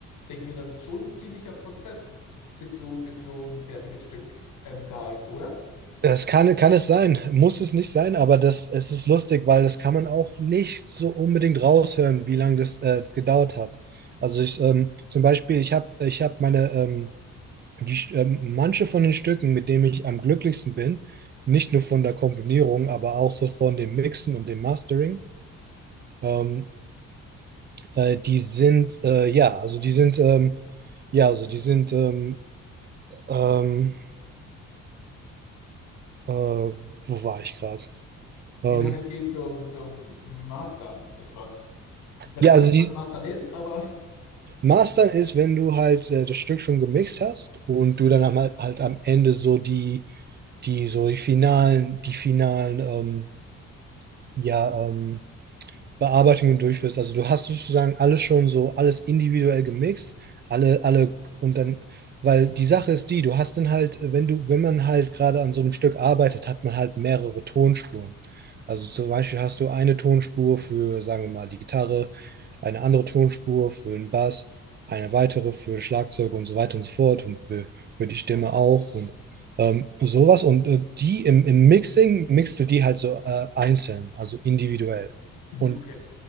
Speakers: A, on the left; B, on the right.
A: denke mir, das ist schon ein ziemlicher Prozess, bis so, bis so ein fertiges Stück ähm, da ist, oder?
B: Das kann, kann es sein, muss es nicht sein, aber das, es ist lustig, weil das kann man auch nicht so unbedingt raushören, wie lange das äh, gedauert hat. Also ich, ähm, zum Beispiel, ich habe ich hab meine, ähm, die, St- ähm, manche von den Stücken, mit denen ich am glücklichsten bin, nicht nur von der Komponierung, aber auch so von dem Mixen und dem Mastering, ähm, äh, die sind, äh, ja, also die sind, ähm, ja, also die sind, ähm, ähm, äh, wo war ich gerade? Ähm,
A: wie lange es geht zum, zum Mastern etwas. Ich weiß
B: ja,
A: zwar
B: also
A: nicht,
B: die,
A: was Mastern ist, aber
B: Mastern ist, wenn du halt äh, das Stück schon gemixt hast und du dann am- halt, halt am Ende so die, die, so die finalen, die finalen, ähm, ja, ähm, Bearbeitungen durchführst. Also du hast sozusagen alles schon so, alles individuell gemixt, alle, alle und dann, weil die Sache ist die, du hast dann halt, wenn du, wenn man halt gerade an so einem Stück arbeitet, hat man halt mehrere Tonspuren. Also zum Beispiel hast du eine Tonspur für, sagen wir mal, die Gitarre, eine andere Tonspur für den Bass, eine weitere für Schlagzeug und so weiter und so fort und für, für die Stimme
A: <laughs> ja.
B: auch und ähm, sowas. Und äh, die im, im Mixing mixt du die halt so äh, einzeln, also individuell.
A: Mhm,
B: Und
A: Okay.